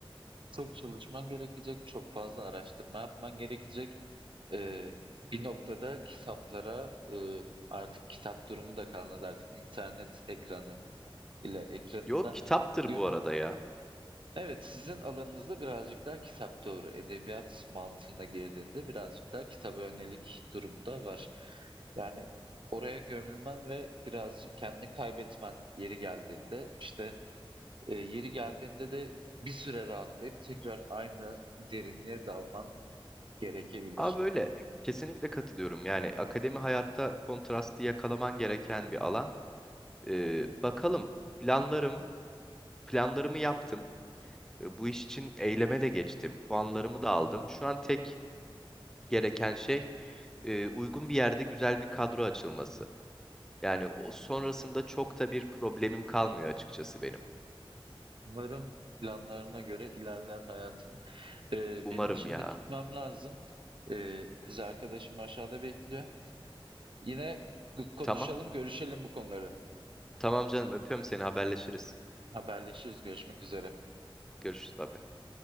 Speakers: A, on the right; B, in the centre.
A: Çok çalışman gerekecek, çok fazla araştırma yapman gerekecek. Ee, bir noktada kitaplara e, artık kitap durumu da kalmadı artık internet ekranın ile ekranında
B: Yok kitaptır
A: gömün
B: bu arada ya.
A: Evet, sizin alanınızda birazcık daha kitap doğru. Edebiyat mantığına girdiğinde birazcık daha kitaba yönelik durumu da var. Yani oraya gömülmen ve birazcık kendini kaybetmen yeri geldiğinde işte e, yeri geldiğinde de bir süre rahatlayıp tekrar aynı derinliğe dalman gerekebilir.
B: Abi böyle e, kesinlikle katılıyorum. Yani akademi hayatta kontrastı yakalaman gereken bir alan. Ee, bakalım planlarım planlarımı yaptım. Ee, Bu iş için eyleme de geçtim. Puanlarımı da aldım.
A: Hı.
B: Şu an tek gereken şey e, uygun bir yerde güzel bir kadro açılması. Yani o sonrasında çok da bir problemim kalmıyor açıkçası benim.
A: Umarım planlarına göre ilerler hayatın. E,
B: Umarım
A: benim şimdi
B: ya.
A: gitmem lazım. E, kız arkadaşım aşağıda bekliyor. Yine konuşalım,
B: Tamam.
A: görüşelim bu konuları.
B: Tamam canım öpüyorum seni haberleşiriz.
A: Haberleşiriz. Görüşmek üzere.
B: Görüşürüz. Bye bye.